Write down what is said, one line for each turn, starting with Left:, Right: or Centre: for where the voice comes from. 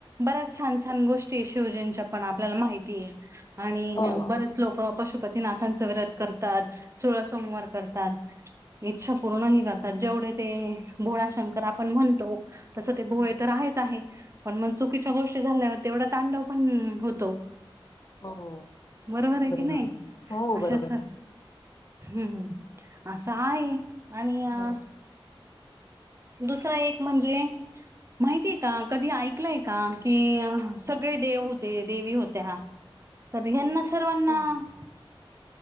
Right: बऱ्याच छान छान गोष्टी हे शिवजींच्या पण आपल्याला माहिती आहे. आणि
Left: हो
Right: हं
Left: हो
Right: बर चं लोक पशुपतीनाथांच व्रत करतात, सोळा सोमवार करतात. इच्छा पूर्णही करतात. जेवढे ते भोळाशंकर आपण म्हणतो तसं ते भोळे
Left: हो
Right: तर आहेच आहे. पण मग चुकीच्या गोष्टी झाल्यावर तेवढा तांडव पण होतो
Left: हो
Right: बरोबर आहे की नाही
Left: मॅडम हो
Right: अशा
Left: बरोबर
Right: सर
Left: आहे
Right: हम्म हम्म असं आहे आणि आणि,
Left: हं.
Right: दुसरा एक म्हणजे, माहितीये का कधी ऐकलंय का की सगळे देव, ते देवी होत्या तर ह्यांना सर्वांना,
Left: हो हो.
Right: <unintelligible>